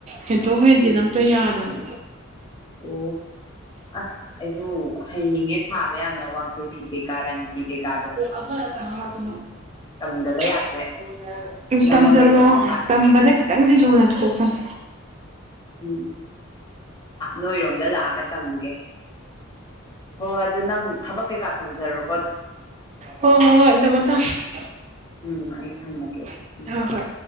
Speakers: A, on the right; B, on the left.
A: ꯍꯦꯟꯇꯣꯛ ꯍꯦꯟꯖꯤꯟ
B: ꯎꯝ
A: ꯑꯝꯇ ꯌꯥꯗꯕꯅꯦ
B: ꯑꯣ ꯑꯁ ꯑꯩꯁꯨ ꯍꯅꯤꯡꯉꯦ ꯁꯥꯕ ꯌꯥꯝꯅ ꯋꯥꯡꯈꯩ ꯐꯤ ꯀꯩꯀꯥ ꯔꯥꯅꯤ ꯐꯤ ꯀꯩꯀꯥꯗꯣ
A: ꯑꯕꯔ ꯀꯅꯥ ꯑꯗꯨ
B: ꯇꯝꯗꯕ
A: <unintelligible>
B: ꯌꯥꯗ꯭ꯔꯦ ꯅꯪꯉꯣꯟꯗꯩ
A: ꯇꯝꯖꯜꯂꯣ
B: ꯇꯝꯕ ꯇꯥꯔꯦ
A: ꯇꯝꯕꯗ ꯈꯤꯇꯪꯗꯤ ꯂꯨꯅ ꯊꯣꯛꯄꯅꯤ
B: ꯎꯝ ꯅꯣꯏꯔꯣꯝꯗ ꯂꯥꯛꯑꯒ ꯇꯝꯒꯦ ꯍꯣꯏ ꯑꯗꯨ ꯅꯪ ꯊꯕꯛ ꯀꯩꯀꯥ ꯇꯧꯖꯔꯣ
A: ꯍꯣꯏ ꯍꯣꯏ ꯍꯣꯏ ꯊꯝꯃꯣ ꯊꯝꯃꯣ
B: ꯎꯝ ꯑꯃꯨꯛ ꯊꯝꯃꯒꯦ ꯑꯗꯨꯗꯤ
A: ꯍꯣꯏ
B: ꯎꯝ
A: ꯍꯣꯏ